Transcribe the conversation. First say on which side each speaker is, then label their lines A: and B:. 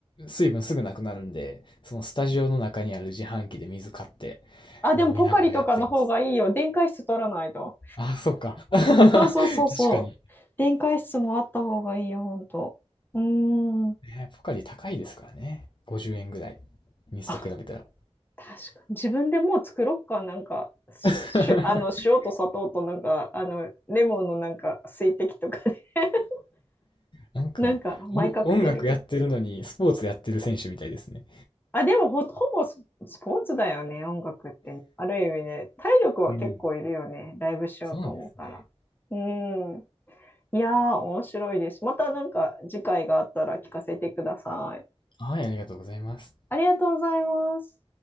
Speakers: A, on the left (about 45°); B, on the left (about 20°).
A: 水分すぐなくなるんで、そのスタジオの中にある自販機で水買って
B: あ、でもポカリとかの方がいいよ。
A: 飲みながらやってます。
B: 電解質取らないと。
A: あ、そっか。<laughs> 確
B: そうそうそうそう。
A: かに。
B: 電解質もあった方がいいよ、ほんと。うーん。
A: ね、ポカリ高いですからね。50円ぐらい。水と比べたら。
B: あ、確かに。自分でもう作ろっか、なんか、し、
A: <laughs>
B: あの、塩と砂糖となんか、あの、レモンのなんか、水滴とかで <laughs>
A: なんか、
B: なんか、マイカクテル。
A: 音音楽やってるのにスポーツやってる選手みたいですね。
B: あ、でもほ、ほぼス、スポーツだよね、音楽ってね。ある意味ね、体力は結構いるよね、
A: うん。
B: ライブしようと思ったら。
A: そうですね。
B: うん。いやー、面白いです。またなんか、次回があったら聞かせてください。
A: はい、ありがとうございます。
B: ありがとうございます。